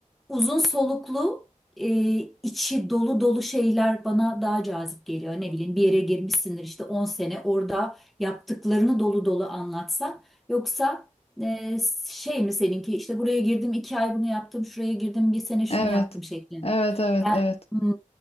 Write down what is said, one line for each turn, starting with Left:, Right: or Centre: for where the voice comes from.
Centre: uzun soluklu e, içi dolu dolu şeyler bana daha cazip geliyor. Ne bileyim bir yere girmişsindir işte 10 sene orada yaptıklarını dolu dolu anlatsan yoksa e, şey mi seninki işte buraya girdim iki ay bunu yaptım şuraya girdim bir sene şunu
Left: Evet.
Centre: yaptım şeklinde.
Left: Evet, evet,
Centre: Ben
Left: evet.
Centre: hmm,